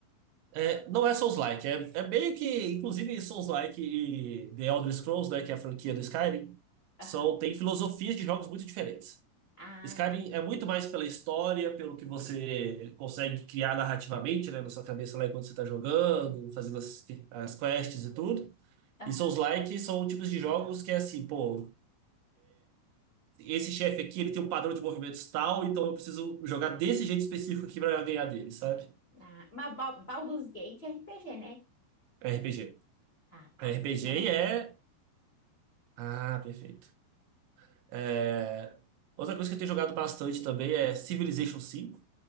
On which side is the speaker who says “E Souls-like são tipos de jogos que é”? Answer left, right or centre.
Right